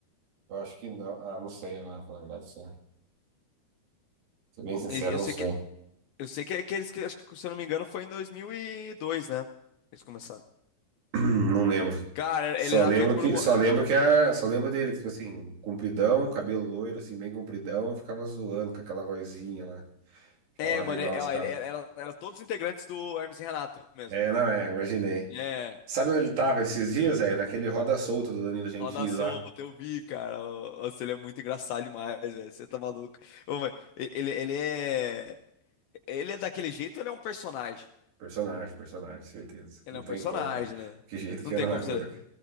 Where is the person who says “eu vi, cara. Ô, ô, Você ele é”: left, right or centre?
Left